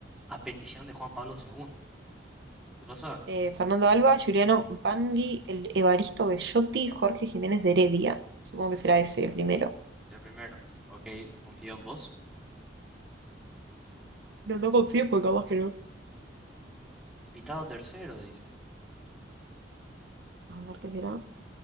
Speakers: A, in the centre; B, on the right.
A: a petición de Juan Pablo II? Tú lo sabes.
B: Eh, Fernando Alba, Juliano Bangui, el Evaristo Bellotti, Jorge Jiménez de Heredia. Supongo que será ese el primero.
A: El primero. Ok, lo confío en vos.
B: No, no confío porque capaz que no.
A: Invitado tercero, dice.
B: A ver qué será.